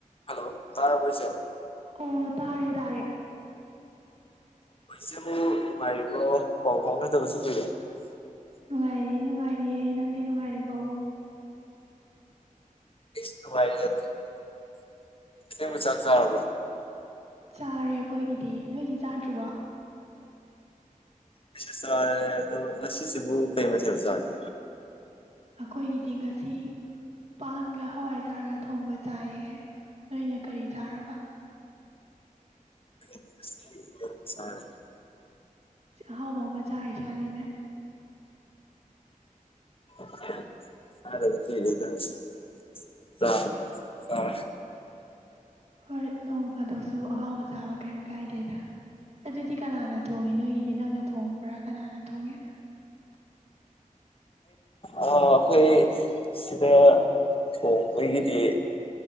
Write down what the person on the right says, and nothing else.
<unintelligible> ꯇꯥꯔꯦ ꯇꯥꯔꯦ
ꯅꯨꯡꯉꯥꯏꯔꯤꯌꯦ ꯅꯨꯡꯉꯥꯏꯔꯤꯌꯦ ꯅꯪꯗꯤ ꯅꯨꯡꯉꯥꯏꯔꯤꯕꯣ
ꯆꯥꯔꯦ ꯑꯈꯣꯏꯒꯤꯗꯤ ꯅꯣꯏꯗꯤ ꯆꯥꯗ꯭ꯔꯤꯕꯣ
ꯑꯈꯣꯏꯒꯤꯗꯤ ꯉꯁꯤ ꯄꯥꯟꯒ ꯍꯋꯥꯏꯖꯥꯔꯒ ꯊꯣꯡꯕ ꯆꯥꯏꯌꯦ ꯅꯣꯏꯅ ꯀꯔꯤ ꯆꯥꯔꯕ
ꯑꯍꯥꯎꯕ ꯑꯃ ꯆꯥꯔꯤ <unintelligible> ꯅꯤꯅꯦ
ꯍꯣꯏ ꯅꯣꯡ ꯐꯥꯗꯣꯛꯁꯨ ꯑꯍꯥꯎꯕ ꯆꯥꯕ ꯀꯔꯤꯝ ꯀꯥꯏꯗꯦꯗ ꯑꯗꯨꯗꯤ ꯀꯅꯥꯅ ꯊꯣꯡꯉꯦ ꯅꯣꯏꯒꯤꯗꯤ ꯅꯪꯅ ꯊꯣꯡꯕ꯭ꯔꯥ ꯀꯅꯥꯅ ꯊꯣꯡꯉꯦ